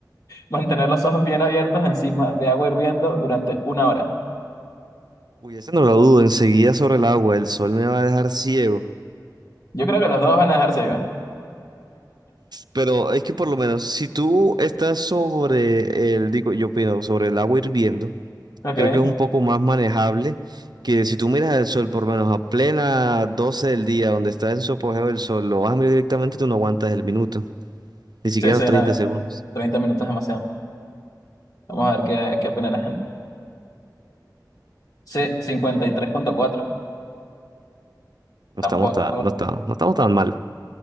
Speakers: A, on the left (about 55°); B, on the right (about 70°).
A: mantener los ojos bien abiertos encima de agua hirviendo durante una hora.
B: Uy, esa no la dudo. Enseguida sobre el agua, el sol me va a dejar ciego.
A: Yo creo que los dos van a dejar ciegos.
B: Pero es que por lo menos, si tú estás sobre el, digo, yo opino, sobre el agua hirviendo,
A: Ok.
B: creo que es un poco más manejable que si tú miras el sol, por lo menos a plena 12 del día, donde está en su apogeo el sol, lo vas a mirar directamente, tú no aguantas el minuto, ni siquiera
A: Sí, sí,
B: los treinta
A: nada,
B: segundos.
A: 30 minutos es demasiado. Vamos a ver qué, qué opina la gente. Sí, cincuenta y tres punto cuatro
B: No
A: Tampoco.
B: estamos tan, no está no estamos tan mal.